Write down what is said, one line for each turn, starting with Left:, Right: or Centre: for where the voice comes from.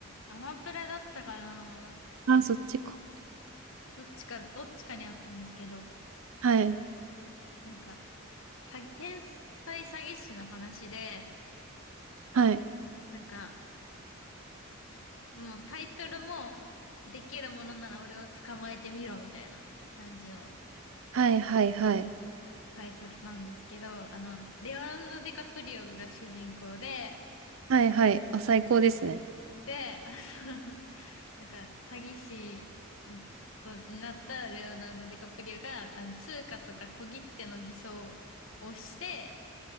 Left: アマプラだったかな
Right: あ、そっちか。
Left: どっちか、どっちかにあったんですけど、
Right: はい。
Left: なんか、詐欺天才詐欺師の話で、
Right: はい。
Left: なんか、もうタイトルも、できるものなら俺を捕まえてみろみたいな感じの
Right: はい、はい、はい。
Left: タイトルなんですけど、あの、レオナルド・ディカプリオが主人公で、
Right: はい、はい。あ、最高ですね。
Left: で、あの <laughs> なんか詐欺師んとになったレオナルド・ディカプリオがあの通貨とか小切手の偽装をして